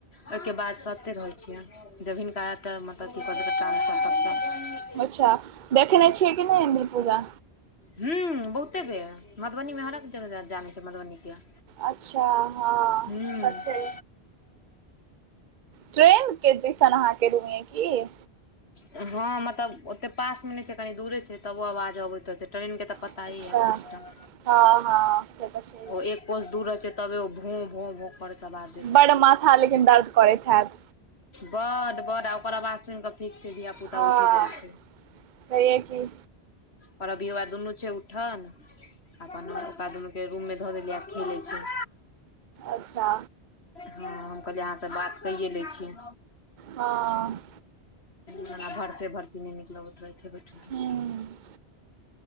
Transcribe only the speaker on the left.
ओयके बाद सँ एते रहै छियै जब हिनका अतऽ मतलब अथी कऽ देलकै ट्रांसफर तबसँ।
हूँम्म बहुते बेर मधुबनी मे हरेअक जगह जानै छियै मधुबनी के।
हुं
हँ मतलब ओतेक पास मे नै छै कनि दूरे छै तबो आवाज अबैत रहै छै ट्रेन कऽ तऽ पट-
ताए या सिस्टम
ओ एक- कोस दूर रहै छै तबे ओ भो, भो, भो करै छै अबाज-
बड्ड- बड्ड आ ओकर अबाज सुन कऽ फिक्स छै धिया- पुता
उठे जाइ छै
पर अभी वएह दुन्नू छै उठल- अपन ओकरा दुनू के रूममे धऽ देलियै आब खेलै छै।
जी हँ हम कहलियै आहाँसँ बात कैये लै छी।
नाना भरसे- भरसी नै निक लगैत रहै छै बैठल- रहल।